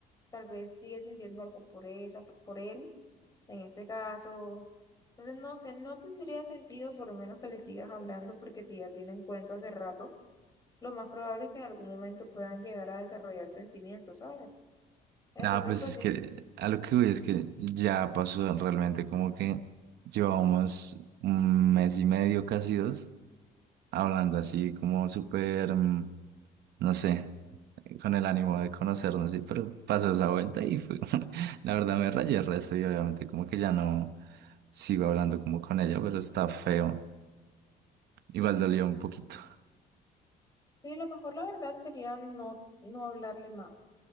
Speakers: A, on the left (about 20°); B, on the right (about 75°).
A: tal vez sigue sintiendo algo por esa, por él en este caso, entonces no sé, no tendría sentido por lo menos que le sigas hablando porque si ya tienen cuento hace rato, lo más probable es que en algún momento puedan llegar a desarrollar sentimientos, ¿sabes? Entonces,
B: Nada, pues
A: pues
B: es
A: sí,
B: que
A: se-
B: a lo que voy es que ya pasó realmente como que llevamos un mes y medio, casi dos, hablando así como súper, mm, no sé, con el ánimo de conocernos, sí, pero pasó esa vuelta y fue, <laughs> la verdad me rayé el resto y obviamente como que ya no sigo hablando como con ella, pero está feo. Igual dolió un poquito.
A: sí, lo mejor la verdad sería no, no hablarle más.